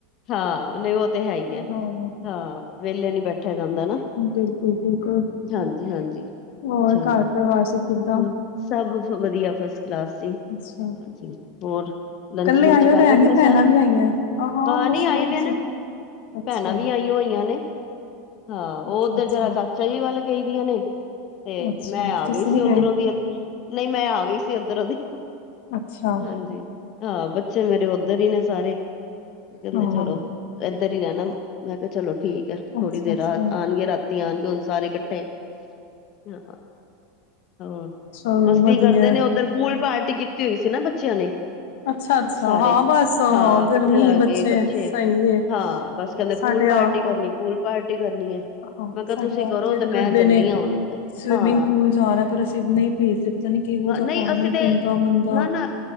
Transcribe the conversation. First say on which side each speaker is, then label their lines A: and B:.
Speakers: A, on the left; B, on the left.
A: ਹਾਂ ਨੇ ਉਹ ਤੇ ਹੈ ਹੀ ਆ
B: ਹਾਂ।
A: ਹਾਂ ਵਿਹਲੇ ਨੀ ਬੈਠੇ ਜਾਂਦਾ ਨਾ
B: ਬਿਲਕੁਲ ਬਿਲਕੁਲ।
A: ਹਾਂਜੀ -ਹਾਂਜੀ
B: ਹੋਰ
A: ਚਲੋ
B: ਘਰ
A: ਹੋਰ
B: ਪਰਿਵਾਰ ਸਭ ਕਿੱਦਾਂ?
A: ਸਭ ਵਧੀਆ ਫਸ ਦਸ ਜੀ ਹਾਂਜੀ
B: ਅੱਛਾ
A: ਹੋਰ ਲੰਚ
B: ਕੱਲੇ
A: ਲੂਂਚ
B: ਆਏ ਹੋ
A: ਕਰ
B: ਭੈਣ
A: ਬੈਠਾ
B: ਨੀ ਭੈਣਾਂ
A: ਸਾਰੇ
B: ਵੀ ਆਈਆਂ? ਆ
A: ਹਾਂ
B: ਮਸਲਨ
A: ਨੀ ਆਏ ਦੇ
B: ਚ
A: ਨਾ।
B: ਅੱਛਾ
A: ਭੈਣਾਂ ਵੀ ਆਈਆਂ ਹੋਈਆਂ ਨੇ। ਹਾਂ ਉਹ
B: ਅੱਛਾ
A: ਓਧਰ
B: ਅੱਛਾ
A: ਜਰਾ ਚਾਚਾ ਜੀ ਵੱਲ ਗਈ ਦੀਆਂ ਨੇ ਤੇ
B: ਅੱਛਾ
A: ਮੈਂ ਆ
B: ਤੁਸੀਂ
A: ਗਈ ਸੀ
B: ਨੀ
A: ਉਧਰੋਂ
B: ਗਏ
A: ਦੀ ਇਧਰ ਨਹੀਂ ਮੈਂ ਆ ਗਈ ਸੀ ਇਧਰੋਂ ਦੀ <inaudible>
B: ਅੱਛਾ
A: ਹਾਂਜੀ ਹਾਂ ਬੱਚੇ ਮੇਰੇ ਉੱਧਰ ਹੀ ਨੇ ਸਾਰੇ ਕਹਿੰਦੇ
B: ਹਾਂ
A: ਚਲੋ ਏਧਰ ਹੀ ਰਹਿਣਾ ਮੈਂ ਕਿਹਾ ਚਲੋ ਠੀਕ ਹੈ ਥੋੜ੍ਹੀ
B: ਅੱਛਾ
A: ਦੇਰ
B: ਅੱਛਾ
A: ਆਉਣਗੇ ਰਾਤੀ ਤੀ ਆਉਣਗੇ ਹੁਣ ਸਾਰੇ ਇਕੱਠੇ ਹਾਂ ਹਹ
B: ਚਲੋ
A: ਮਸਤੀ
B: ਵਧੀਆ
A: ਕਰਦੇ ਨੇ ਉੱਧਰ ਪੂਲ ਪਾਰਟੀ ਕੀਤੀ ਹੋਈ ਸੀ ਨਾ ਬੱਚਿਆਂ ਨੇ
B: ਅੱਛਾ ਅੱਛਾ
A: ਸਾਰੇ
B: ਹਾਂ ਬਸ
A: ਹਾਂ ਇਕੱਠੇ
B: ਗਰਮੀ
A: ਲਾ ਕੇ ਬੱਚੇ
B: ਸਹੀ ਏ
A: ਹਾਂ ਬਸ ਕਹਿੰਦੇ
B: ਸਾਡੇ
A: ਪੂ ਲ ਪਾਰਟੀ
B: ਆਪ
A: ਕਰਨੀ ਪੂਲ ਪਾਰਟੀ ਕਰਨੀ ਹੈ
B: ਹਾਂ
A: ਮੈਂ ਕਿਹਾ
B: ਸਾਡੇ
A: ਤੁਸੀਂ ਕਰੋ
B: ਆਪ ਜਿੱਦ
A: ਤੇ
B: ਕਰਦੇ
A: ਮੈਂ ਚੱਲੀ
B: ਨੇ
A: ਆ ਹੁਣ ਉੱਥ
B: ਸਵਿਮਿੰਗ
A: ਹਾਂ।
B: ਪੂਲ ਜਾਣਾ ਪਰ ਅਸੀਂ ਨਹੀਂ ਭੇਜਦੇ ਪਤਾ ਨੀ ਕਿਹੋ
A: ਹਾਂ
B: ਜਿਹਾ
A: ਨਹੀਂ
B: ਪਾਣੀ
A: ਅਸੀਂ ਤੇ
B: ਗੰਦਾ ਮੰਦਾ
A: ਨਾ-ਨਾ